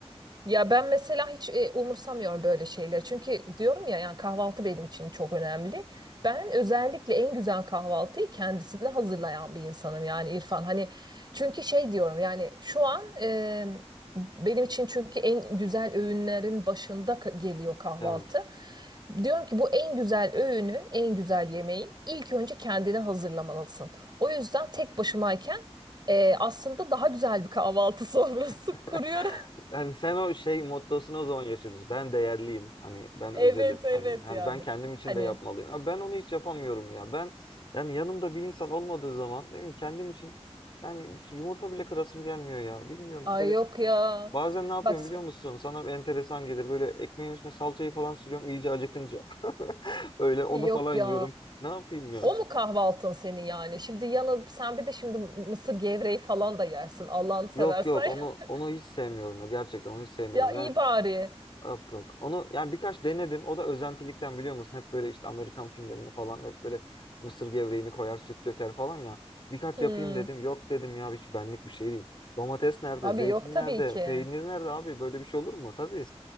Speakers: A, on the right; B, on the left.
A: Ya ben mesela hiç e, umursamıyorum böyle şeyleri. Çünkü diyorum ya yani kahvaltı benim için çok önemli. Ben özellikle en güzel kahvaltıyı kendisine hazırlayan bir insanım yani İrfan. Hani çünkü şey diyorum yani şu an e, benim için çünkü en güzel öğünlerin başında ka- geliyor kahvaltı.
B: Evet.
A: Diyorum ki bu en güzel öğünü, en güzel yemeği ilk önce kendine hazırlamalısın. O yüzden tek başımayken e, aslında daha güzel bir kahvaltı sofrası
B: <laughs>
A: <laughs> kuruyorum.
B: Hani sen o şey mottosunu o zaman yaşadın. Ben değerliyim. Hani ben
A: Evet
B: özelim.
A: evet
B: Hani hani
A: yani.
B: ben kendim için
A: Hani
B: de yapmalıyım. Abi ben onu hiç yapamıyorum ya. Ben yani yanımda bir insan olmadığı zaman ne bileyim kendim için yani hiç yumurta bile kırasım gelmiyor ya. Bilmiyorum böyle
A: ay yok ya.
B: bazen ne yapıyorum
A: Bak s-
B: biliyor musun? Sana bir enteresan gelir. Böyle ekmeğin üstüne salçayı falan sürüyorum iyice acıkınca. <laughs> Öyle onu
A: yok
B: falan
A: ya.
B: yiyorum. Ne yapayım ya?
A: O mu kahvaltın senin yani? Şimdi yanı sen bir de şimdi mısır gevreği falan da yersin. Allah'ını seversen.
B: Yok yok onu
A: <laughs>
B: onu hiç sevmiyorum ya gerçekten onu hiç sevmiyorum
A: Ya
B: yani
A: iyi bari.
B: yok yok onu yani birkaç denedim o da özentilikten biliyor musun hep böyle işte Amerikan filmlerinde falan hep böyle mısır gevreğini koyar süt döker falan ya birkaç
A: Hmm.
B: yapayım dedim yok dedim ya hiç benlik bir şey değil domates nerede
A: Abi
B: zeytin
A: yok tabii
B: nerede
A: ki.
B: peynir nerede abi böyle bir şey olur mu tabii